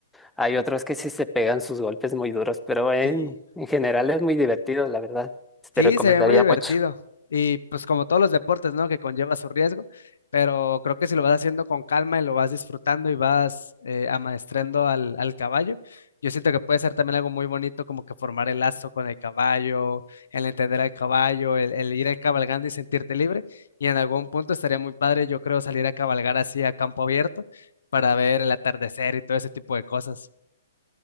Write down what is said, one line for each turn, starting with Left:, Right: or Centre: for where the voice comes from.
Centre: hay otros que sí se pegan sus golpes muy duros, pero en,
Left: Sí.
Centre: en general es muy divertido, la verdad. Te
Left: Sí,
Centre: recomendaría
Left: se ve muy divertido.
Centre: mucho.
Left: Y pues como todos los deportes, ¿no? Que conlleva su riesgo, pero creo que si lo vas haciendo con calma y lo vas disfrutando y vas eh, amaestrando al, al caballo, yo siento que puede ser también algo muy bonito como que formar el lazo con el caballo, el entender al caballo, el, el ir cabalgando y sentirte libre. Y en algún punto estaría muy padre, yo creo, salir a cabalgar así a campo abierto para ver el atardecer y todo ese tipo de cosas.